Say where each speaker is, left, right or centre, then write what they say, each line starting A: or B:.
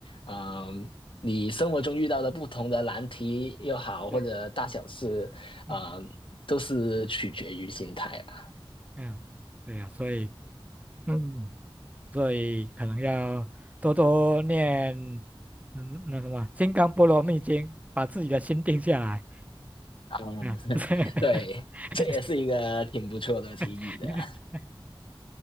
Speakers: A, on the left (about 65°); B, on the right (about 15°).
A: 啊、你生活中遇到的不同的难题又好，
B: 对，
A: 或者大小事，
B: 嗯嗯
A: 啊、都是取决于心态啊。
B: 嗯，对啊，所以嗯，所以可能要多多念嗯那什么《金刚波罗蜜经》，把自己的心定下来，
A: 嗯
B: 嗯。
A: <laughs>
B: <laughs>
A: 对，这也是一个挺不错的提议的。
B: 这样 <laughs>